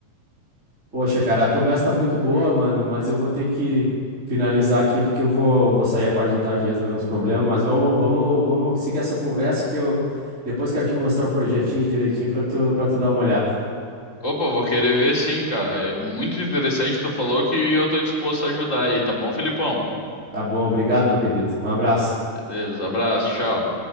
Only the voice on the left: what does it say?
Opa, vou querer ver sim, cara. É muito interessante, tu falou que eu tô disposto a ajudar aí, tá bom, Felipão?
Beleza, abraço, tchau.